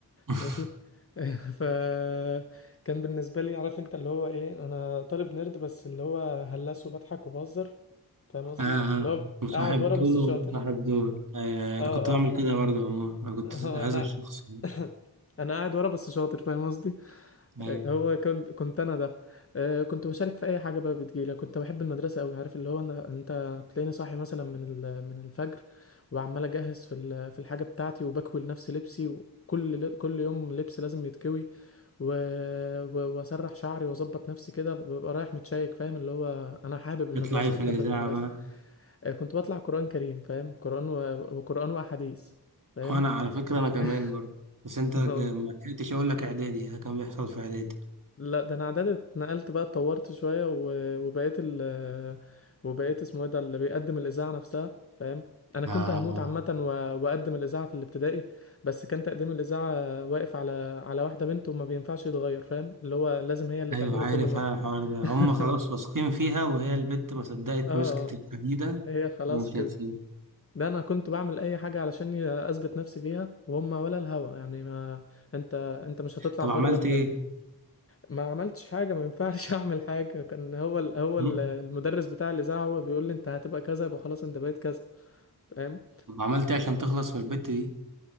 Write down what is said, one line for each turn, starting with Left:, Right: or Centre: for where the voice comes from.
Right: <laughs>
Left: ماشي <laughs> فكان بالنسبة لي عارف انت اللي هو ايه انا طالب نيرد بس اللي هو هلس وبضحك وبهزر فاهم
Right: اه
Left: قصدي
Right: آه،
Left: اللي هو
Right: مصاحب
Left: قاعد ورا
Right: دول
Left: بس
Right: ومصاحب
Left: شاطر
Right: دول آه
Left: اه
Right: انا كنت بعمل
Left: اه
Right: كده برضه عموما انا كنت
Left: آه،
Right: هذا
Left: انا
Right: الشخص ده.
Left: <laughs> انا قاعد ورا بس شاطر فاهم قصدي
Right: ايوه
Left: إيه، هو كنت كنت انا ده آه، كنت بشارك في اي حاجه بقى بتجيلي كنت بحب المدرسه قوي عارف اللي هو انا انت تلاقيني صاحي مثلا من ال- من الفجر وعمال اجهز في ال- في الحاجه بتاعتي وبكوي لنفسي لبسي وكل كل يوم لبس لازم يتكوي و... و- واسرح شعري واظبط نفسي كده ببقى رايح متشيك فاهم اللي هو انا حابب المدرسه
Right: اطلعي في
Left: وبحب
Right: الاذاعه
Left: المدرسه
Right: بقى
Left: آه، كنت بطلع قران كريم فاهم قران و... وقران واحاديث فاهم
Right: وانا على فكره انا كمان
Left: <laughs>
Right: برضه بس انت
Left: اه
Right: ك- ما لحقتش اقول لك اعدادي ده كان بيحصل في اعدادي
Left: لا ده انا اعداد اتنقلت بقى اتطورت شويه و- وبقيت ال وبقيت اسمه ايه ده اللي بيقدم الاذاعه نفسها فاهم انا كنت
Right: آه
Left: هموت عامه و- واقدم الاذاعه في الابتدائي بس كان تقديم الاذاعه واقف على على واحده بنت وما بينفعش يتغير فاهم اللي هو لازم هي اللي
Right: ايوه
Left: تعمله
Right: عارف
Left: كل مره
Right: انا الحوار ده
Left: <laughs>
Right: هم خلاص واثقين فيها وهي البت ما صدقت
Left: اه
Right: مسكت
Left: اه
Right: الحديده
Left: هي خلاص
Right: ومشيت
Left: كده
Right: هتسيب
Left: ده انا كنت بعمل اي حاجه علشان اثبت نفسي فيها وهم ولا الهوا يعني ما انت انت مش هتطلع
Right: طب
Left: بره
Right: عملت ايه؟
Left: ما عملتش حاجة ما ينفعش <laughs> أعمل حاجة كان هو ال... هو
Right: م?
Left: ال- المدرس بتاع الإذاعة هو بيقول لي أنت هتبقى كذا يبقى خلاص أنت بقيت كذا فاهم
Right: طب عملت ايه عشان تخلص من البت دي؟